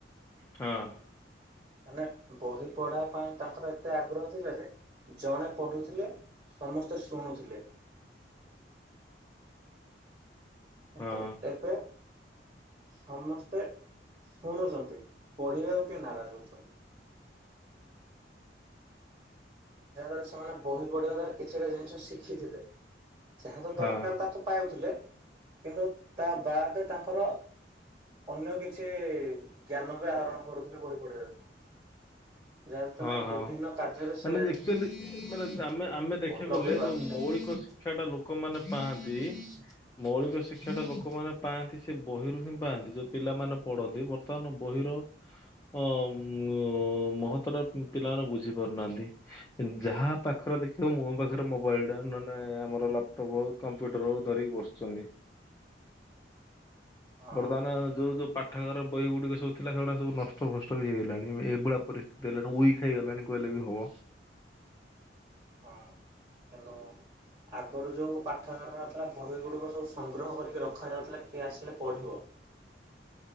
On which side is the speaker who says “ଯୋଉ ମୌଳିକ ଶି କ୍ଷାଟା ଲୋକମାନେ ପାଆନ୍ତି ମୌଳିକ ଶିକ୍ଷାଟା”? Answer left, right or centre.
Left